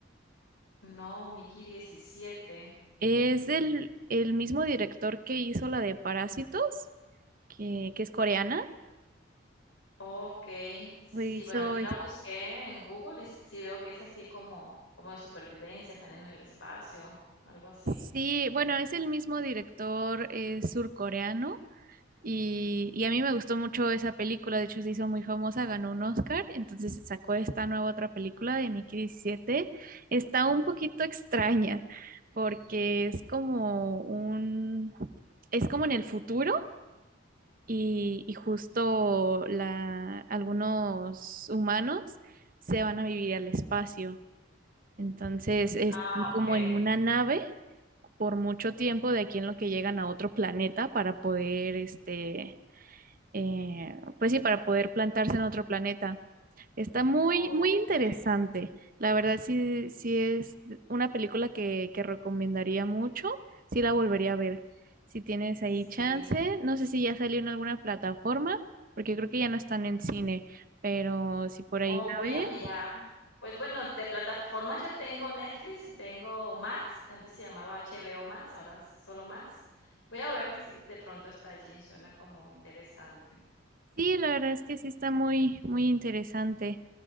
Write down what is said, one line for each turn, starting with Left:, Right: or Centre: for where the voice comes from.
Left: No, Mickey diecisiete.
Right: Es del el mismo director que hizo la de Parásitos, que, que es coreana.
Left: Okey. Sí,
Right: Hizo
Left: bueno, aquí la busqué en Google y sí veo que es así como como de supervivencia, están en el espacio, algo así.
Right: Sí, bueno, es el mismo director eh, surcoreano y, y a mí me gustó mucho esa película, de hecho se hizo muy famosa, ganó un Oscar, entonces sacó esta nueva otra película de Mickey 17. Está un poquito extraña porque es como un, es como en el futuro y, y justo la, algunos humanos se van a vivir al espacio, entonces es
Left: Ah, okey,
Right: como en una nave por mucho tiempo de aquí en lo que llegan a otro planeta para poder, este, eh, pues sí, para poder plantarse en otro planeta. Está muy,
Left: okey,
Right: muy interesante. La verdad, sí, sí es una película que, que recomendaría mucho. Sí la volvería a ver. Si tienes ahí
Left: sí.
Right: chance, no sé si ya salió en alguna plataforma, porque creo que ya no están en cine, pero si por ahí
Left: Oh, voy
Right: la ves,
Left: a mirar. Pues, bueno, de plataformas yo tengo Netflix y tengo Max, que antes se llamaba HBO Max, ahora es solo Max. Voy a ver si de pronto está allí, suena como interesante.
Right: Sí, la verdad es que sí está muy, muy interesante,